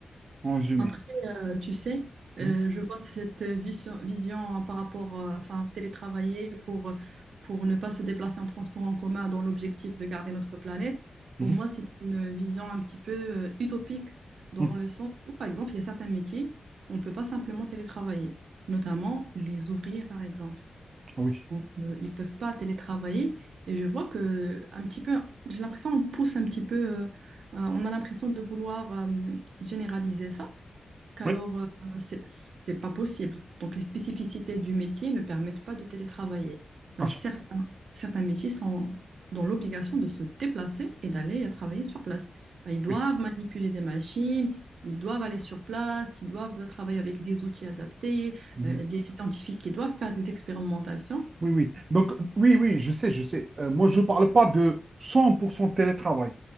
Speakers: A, on the right; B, on the right.
A: en résumé.
B: Après, euh, tu sais, euh,
A: Mhm,
B: je vois cette vision, vision par rapport, euh, enfin, télétravailler pour, pour ne pas se déplacer en transport en commun dans l'objectif de garder notre planète. Pour
A: mhm,
B: moi, c'est une vision un petit peu euh, utopique dans
A: mhm.
B: le sens où, par exemple, il y a certains métiers, on ne peut pas simplement télétravailler, notamment les ouvriers, par exemple.
A: Ah Oui,
B: Donc, euh, ils ne peuvent pas télétravailler et je vois que un petit peu, j'ai l'impression qu'on pousse un petit peu, euh, euh, on a l'impression de vouloir euh, généraliser ça qu'alors
A: oui,
B: euh, c'est c'est pas possible. Donc les spécificités du métier ne permettent pas de télétravailler. Ben,
A: pas sûr.
B: certains, certains métiers sont dans l'obligation de se déplacer et d'aller travailler sur place. Ben, ils doivent
A: Oui.
B: manipuler des machines, ils doivent aller sur place, ils doivent travailler avec des outils adaptés,
A: Mhm.
B: euh, des scientifiques qui doivent faire des expérimentations.
A: Oui, oui. Donc, oui, oui, je sais, je sais. Euh, moi, je ne parle pas de 100% télétravail.